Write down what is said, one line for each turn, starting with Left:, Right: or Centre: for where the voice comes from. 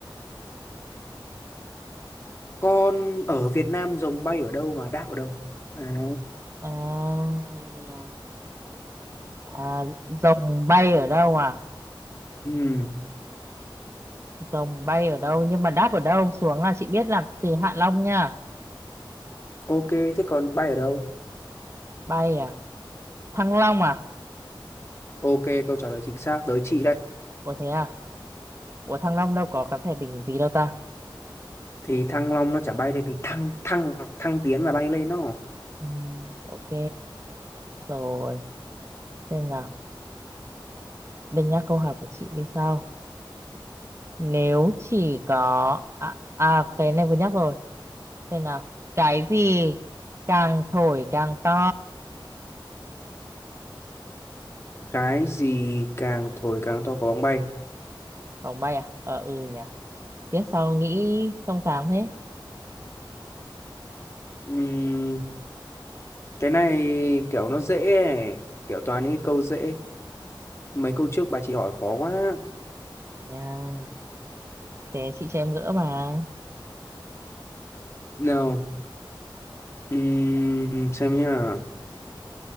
Left: con ở Việt Nam rồng bay ở đâu và đáp ở đâu đấy
Right: à À, rồng bay ở đâu à?
Left: Ừm,
Right: Rồng bay ở đâu? Nhưng mà đáp ở đâu xuống là chị biết là từ Hạ Long nha.
Left: ok thế còn bay ở đâu
Right: Bay à? Thăng Long à?
Left: ok câu trả lời chính xác tới chị đây
Right: Ủa thế à? Ủa Thăng Long đâu có cái thể đỉnh gì đâu ta?
Left: thì thăng long nó chả bay lên thì thăng thăng thăng tiến là bay lên đó
Right: Ừm, ok. Rồi. Xem nào. Đây nhắc câu hỏi của chị như sau. Nếu chỉ có... À, à cái này vừa nhắc rồi. Xem nào. Cái gì càng thổi càng to?
Left: cái gì càng thổi càng to có bóng bay
Right: Vòng bay à? Ờ ừ nhỉ. Tiếp sau nghĩ trong sáng thế.
Left: Ừm, cái này kiểu nó dễ ấy. kiểu toàn những cái câu dễ mấy câu trước bà chị hỏi khó quá
Right: Nha. Thế chị cho em gỡ mà
Left: nào ừm, xem nhá